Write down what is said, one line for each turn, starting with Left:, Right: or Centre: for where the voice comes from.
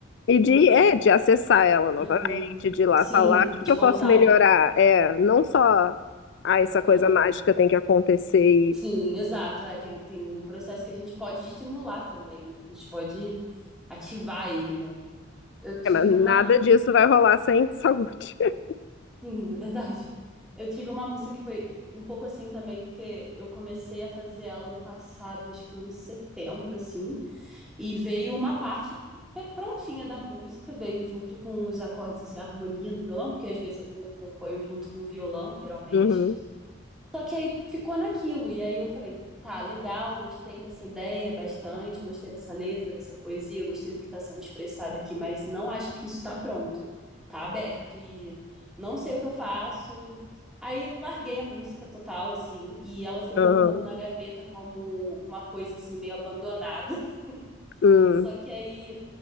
Left: E de,
Centre: Eu-
Left: é, de acessar ela novamente,
Centre: Uhum.
Left: de ir lá
Centre: Sim,
Left: falar, o que
Centre: de
Left: que eu
Centre: voltar.
Left: posso melhorar? É, não só, ah, essa coisa
Centre: Aham.
Left: mágica tem que acontecer e...
Centre: Sim, exato. É, tem, tem um processo que a gente pode estimular também, né? Que a gente pode ativar ele, né? Eu tive
Left: É, mas nada
Centre: uma
Left: disso vai rolar sem saúde. <laughs>
Centre: Sim, é verdade. Eu tive uma música que foi um pouco assim também, porque eu comecei a fazer ela no passado, acho que em setembro, assim, e veio uma parte pe- prontinha da música, veio junto com os acordes, assim, a harmonia no violão, porque às vezes eu co- componho junto com o violão, geralmente.
Left: Uhum,
Centre: Só que aí ficou naquilo. E aí eu falei, tá, legal, gostei dessa ideia bastante, gostei dessa letra, dessa poesia, gostei do que está sendo expressado aqui, mas não acho que isso está pronto. Tá aberto e não sei o que eu faço. Aí larguei a música total, assim, e ela ficou
Left: uhum,
Centre: um pouco na gaveta como uma coisa, assim, meio abandonada. <laughs>
Left: uhum.
Centre: Só que aí